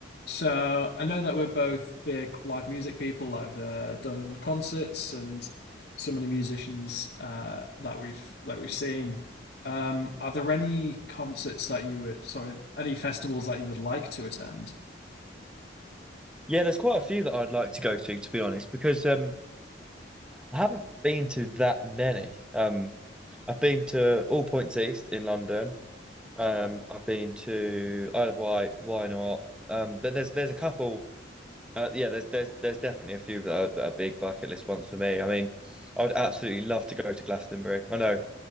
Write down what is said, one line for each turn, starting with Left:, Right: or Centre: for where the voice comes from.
Left: So I know that we're both big live music people. I've uh, done concerts and some of the musicians uh, that we've that we've seen. Um, are there any concerts that you would, sorry, any festivals that you would like to attend?
Centre: Yeah, there's quite a few that I'd like to go to, to be honest, because um, I haven't been to that many. Um, I've been to All Points East in London. Um, I've been to Isle of Wight, why not? Um, but there's there's a couple. Uh, yeah, there's there's there's definitely a few that are, that are big bucket list ones for me. I mean, I'd absolutely love to go to Glastonbury. I know